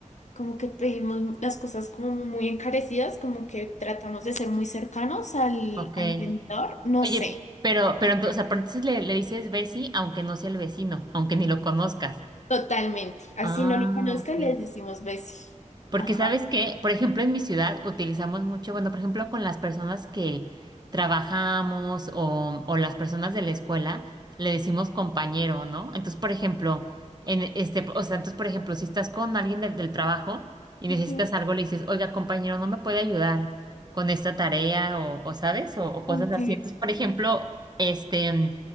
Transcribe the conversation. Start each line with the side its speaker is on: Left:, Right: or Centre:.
Left: como que pedimos las cosas como muy encarecidas, como que tratamos de ser muy cercanos al,
Right: ok.
Left: al vendedor. No
Right: Oye,
Left: sé.
Right: pero, pero entonces, o sea, pero entonces le, le dices Bessie, aunque no sea el vecino, aunque ni lo conozcas.
Left: Totalmente. Así
Right: Ah,
Left: no lo conozcan
Right: ok.
Left: les decimos Bessie.
Right: Porque
Left: Ajá.
Right: sabes que, por ejemplo, en mi ciudad utilizamos mucho, bueno, por ejemplo, con las personas que trabajamos o, o las personas de la escuela, le decimos compañero, ¿no? Entonces, por ejemplo, en este, o sea, entonces, por ejemplo, si estás con alguien del, del trabajo y necesitas
Left: Ujú,
Right: algo, le dices, oiga, compañero, ¿no me puede ayudar con esta tarea o, o ¿sabes? O, o cosas
Left: Ok.
Right: así. Entonces, por ejemplo, este,